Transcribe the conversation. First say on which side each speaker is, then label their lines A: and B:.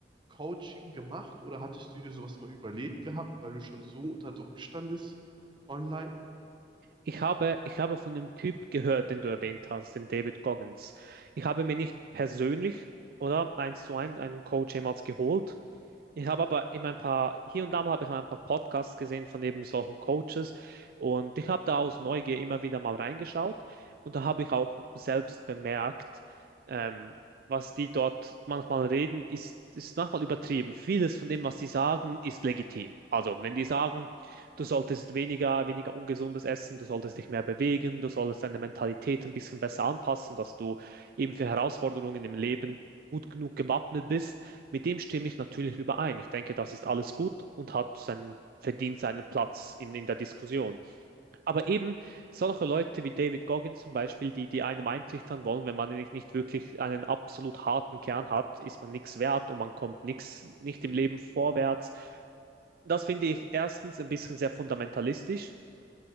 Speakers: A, on the right; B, on the right.
A: Coaching gemacht oder hattest du dir sowas mal überlegt gehabt, weil du schon so unter Druck standest online?
B: Ich habe, ich habe von dem Typ gehört, den du erwähnt hast, den David Goggins. Ich habe mir nicht persönlich oder eins zu eins einen Coach jemals geholt, Ich habe aber eben ein paar, hier und da mal habe ich ein paar Podcasts gesehen von eben solchen Coaches und ich habe da aus Neugier immer wieder mal reingeschaut und da habe ich auch selbst bemerkt, ähm, was die dort manchmal reden, ist, ist manchmal übertrieben. Vieles von dem, was sie sagen, ist legitim. Also, wenn die sagen, du solltest weniger, weniger ungesundes essen, du solltest dich mehr bewegen, du solltest deine Mentalität ein bisschen besser anpassen, dass du eben für Herausforderungen im Leben gut genug gewappnet bist mit dem stimme ich natürlich überein. Ich denke, das ist alles gut und hat seinen, verdient seinen Platz in, in der Diskussion. Aber eben solche Leute wie David Goggins zum Beispiel, die, die einem eintrichtern wollen, wenn man nicht, nicht wirklich einen absolut harten Kern hat, ist man nichts wert und man kommt nix, nicht im Leben vorwärts. Das finde ich erstens ein bisschen sehr fundamentalistisch.